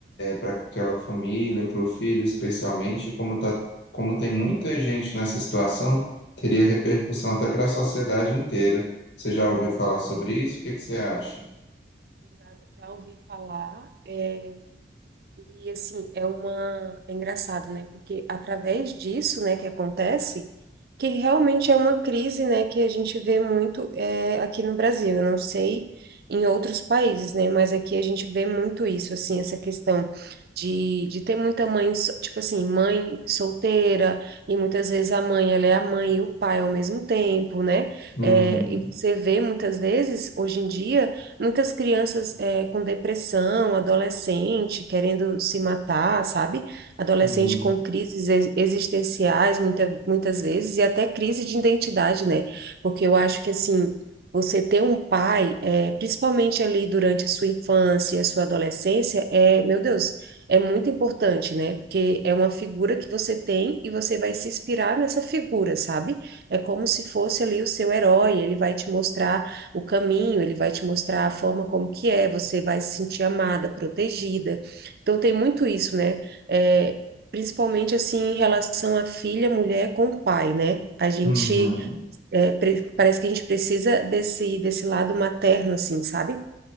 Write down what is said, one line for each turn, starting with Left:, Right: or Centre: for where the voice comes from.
Left: para aquela família, para o filho especialmente, como tá, como tem muita gente nessa situação. Teria repercussão até para a sociedade inteira. Você já ouviu falar sobre isso? O que que você acha?
Right: Exato. Já ouvi falar. é, E assim, é uma é engraçado, né? Porque através disso, né, que acontece, que realmente é uma crise, né, que a gente vê muito é, aqui no Brasil. Eu não sei em outros países, né, mas aqui a gente vê muito isso, assim, essa questão de, de ter muita mãe, so- tipo assim, mãe solteira, e muitas vezes a mãe, ela é a mãe e o pai ao mesmo tempo, né?
Left: Uhum,
Right: É, e você vê muitas vezes, hoje em dia, muitas crianças é, com depressão, adolescente querendo se matar, sabe? Adolescente
Left: sim.
Right: com crises ex- existenciais, muita, muitas vezes, e até crise de identidade, né? Porque eu acho que, assim, você ter um pai, é, principalmente ali durante a sua infância, a sua adolescência, é, meu Deus, é muito importante, né? Porque é uma figura que você tem e você vai se inspirar nessa figura, sabe? É como se fosse ali o seu herói, ele vai te mostrar o caminho, ele vai te mostrar a forma como que é, você vai se sentir amada, protegida. Então tem muito isso, né? É, principalmente assim em relação à filha, mulher com o pai, né? A gente
Left: Uhum,
Right: é, pre- parece que a gente precisa desse desse lado materno, assim, sabe?